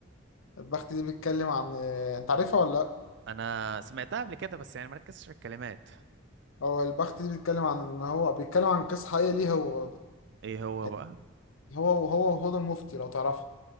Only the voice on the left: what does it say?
البخت دي بيتكلم عن آه، انت عارفها ولا لا
هو البخت دي بيتكلم عن ان هو بيتكلم عن قصه حقيقيه ليه هو برضه
يعني
هو هو وهدى المفتي لو تعرفها